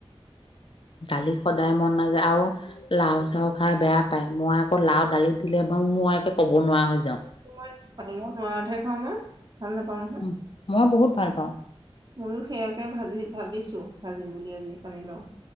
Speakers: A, on the left; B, on the right.
A: দালি সদায় মন নাযায় আৰু লাও-চাও খাই বেয়া পায়, মই আকৌ লাও দালিত দিলে মই একে কব নোৱাৰা হৈ যাওঁ।
B: মই পানীলাও <unintelligible> নহয়
A: উ মই বহুত ভাল পাওঁ।
B: ময়ো সেয়াকে ভাজি ভাবিছো ভাজিম বুলি আজি পানী লাওঁ।